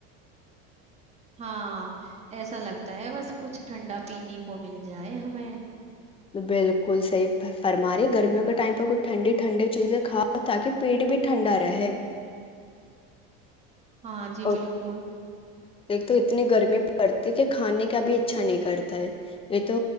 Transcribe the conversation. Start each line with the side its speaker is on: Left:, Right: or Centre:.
Right: ہاں ایسا لگتا ہے بس کچھ ٹھنڈا پینے کو مل جائے ہمیں
Left: بالکل صحیح فرماریے گرمیوں کے ٹائم پر کچھ ٹھنڈی ٹھنڈی چیزیں کھاؤ تاکہ پیٹ بھی ٹھنڈا رہے
Right: ہاں جی
Left: اور
Right: بالکل
Left: ایک تو اتنی گرمی پڑتی ہے کہ کھانے کا ابھی اچھا نہیں کرتا ہے یہ تو